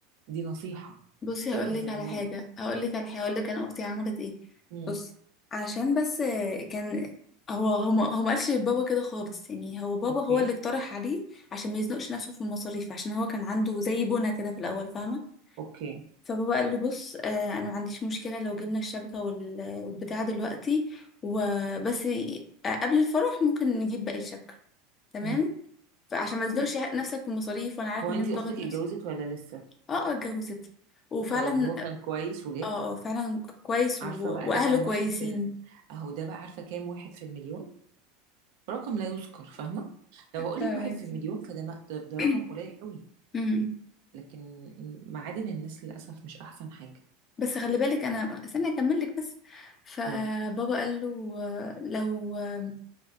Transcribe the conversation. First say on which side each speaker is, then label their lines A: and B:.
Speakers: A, on the right; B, on the left.
A: دي نصيحه
B: بصي هقول
A: اوعي
B: لك
A: تعملي
B: على حاجه
A: ده
B: هقول لك على حاجه هقول لك انا اختي عملت ايه
A: امم
B: بص عشان بس آه، كان هو هو ما هو ما قالش لبابا كده خالص يعني هو بابا
A: اوكي
B: هو اللي اقترح عليه عشان ما يزنقش نفسه في المصاريف عشان هو كان عنده زي بنا كده في الاول فاهمه
A: اوكي
B: فبابا قال له بص آه، انا ما عنديش مشكله لو جبنا الشبكه وال- والبتاع دلوقتي وبس ي- آه، قبل الفرح ممكن نجيب باقي الشبكه تمام
A: امم
B: فعشان ما تزنقش نفسك في المصاريف وانا عارف
A: هو
B: ان
A: انت
B: انت
A: اختك
B: ضاغط نفسك
A: اتجوزت ولا لسه
B: اه اه اتجوزت وفعلا
A: طيب وهو كان كويس وجاب
B: اه اه فعلا كويس
A: عارفة
B: و...
A: بقى
B: واهله
A: ده كام
B: كويسين
A: واحد في ال... اهو ده بقى عارفة كام واحد في المليون رقم لا يذكر فاهمة لو هقولك
B: فاهمك
A: واحد في مم. المليون فده ما... ده, ده
B: <clears throat>
A: رقم قليل قوي
B: امم
A: لكن معادن الناس للأسف مش أحسن حاجة
B: بس خلي بالك انا استنى اكمل لك بس فبابا
A: قولي
B: قال له آه، لو آه،